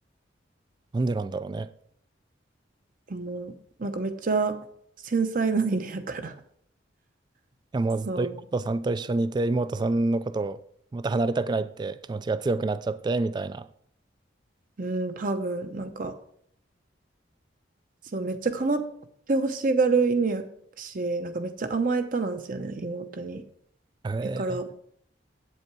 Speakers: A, on the right; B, on the right.
A: なんでなんだろうね。
B: う。もう、なんかめっちゃ繊細な犬やから。
A: いや、
B: <laughs>
A: もうずっと妹さんと一緒にいて、
B: そう。
A: 妹さんのことをまた離れたくないって気持ちが強くなっちゃって、みたいな。
B: うん、多分、なんか、そう、めっちゃ構ってほしがる犬やし、なんかめっちゃ甘えたなんですよね、妹に。
A: えー
B: だから、